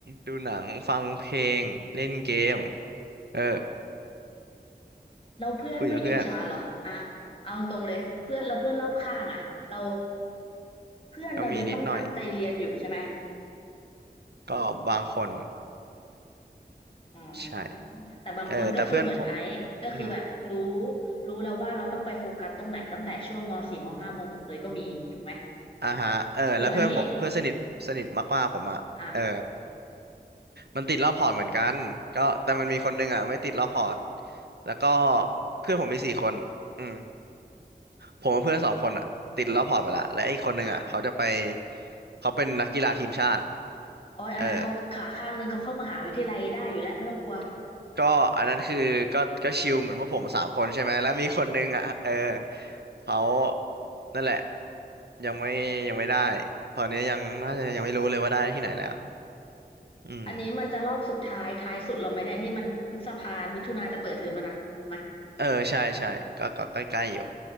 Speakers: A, on the right; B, on the left.
A: ดูหนังฟังเพลงเล่นเกมเออ
B: เราเพื่อนไม่อิจฉาเหรออ่ะ
A: <laughs> คุยกับเพื่อน
B: เอาตรงเลยเพื่อนเราเพื่อนรอบข้างอ่ะเราเพื่อนเรายังต้องตั้งใจเรียนอยู่ใช่ไหม
A: ก็มีนิดหน่อยก็บางคน
B: อ๋อแต่บางคนก็คือเหมือนไอซ์ก็คือแบบรู้
A: ใช่เออแต่เพื่อนผมอืม
B: รู้แล้วว่าเราต้องไปโฟกัสตรงไหนตั้งแต่ช่วงมสี่มห้ามหกเลยก็มีถูกไหม
A: อ่าฮะเออแล้วเพื่อนผมเพื่อนสนิทสนิทมากๆผมอ่ะเออ
B: หรืออันนี้อ่ะ
A: มันติดรอบพอร์ตเหมือนกันก็แต่มันมีคนหนึงอ่ะไม่ติดรอบพอร์ตแล้วก็เพื่อนผมมีสี่คนอืม ผมกับเพื่อนสองคนอะติดแล้วพอร์ตไปละและอีกคนนึงอะเขาจะไป
B: อ่ะ
A: เขาเป็นนักกีฬาทีมชาติ
B: โอ้ยอันนั้นเขาขาข้างหนึงเขาเข้ามหาวิทยาลัยได้อยู่แล้วไม่ต้องกลัว
A: เออก็อันนั้นคือก็ก็ชิลเหมือนพวกผมสามคนใช่ไหมแล้วมีคนนึงอ่ะเออเขานั่นแหละยังไม่ยังไม่ได้ตอนนี้ยังน่าจะยังไม่รู้เลยว่าได้ที่ไหนแล้วอืม
B: อันนี้มันจะรอบสุดท้ายท้ายสุดเราไหมเนี่ยนี่มันพฤษภามิถุนาจะเปิดเทอมแล้วนะถูกไหม
A: เออใช่ใช่ก็ก็ใกล้ๆอยู่